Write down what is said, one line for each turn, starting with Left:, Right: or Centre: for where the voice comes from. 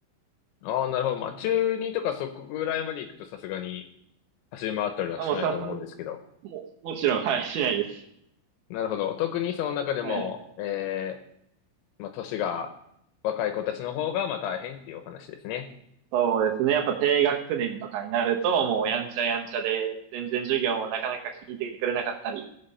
Left: ああ、なるほど。まあ、中二とかそこぐらいまで行くとさすがに走り回ったりはしないと思うんですけど。
Right: あ、もうさ、もうもちろん、はい、しないです。
Left: なるほど。特にその中でも、
Right: はい。
Left: えー、まあ、年が若い子たちの方がまあ大変っていうお話ですね。
Right: そうですね。やっぱ低学年とかになると、もうやんちゃやんちゃで、全然授業をなかなか聞いてくれなかったり、